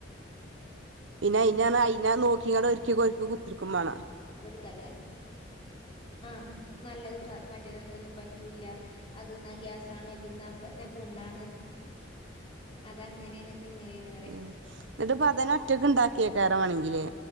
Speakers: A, on the right (about 75°); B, on the left (about 30°).
A: പിന്നെ ഇതിനേതാ
B: കൊടുക്കുക
A: ഇല്ലാന്ന് നോക്കിങ്ങടെ ക്ക്‌ കോഴിക്കും കുത്തിരിക്കും വേണം
B: ഒരു തല ആ
A: ഉം
B: നല്ലതും <unintelligible> നക്കൊന്നും പറ്റൂല്ല അത് ന്നാ ഗ്യാസാണ് ഇത് ന്നാ പ പുണ്ണാണ് അതങ്ങനെയാണ് ഇത് ഇങ്ങനെയാണ് പറയും
A: ഉ എന്നിട്ട പതന ഒറ്റക്ക ഇണ്ടാക്കിയ കയറ വാണെങ്കിലെ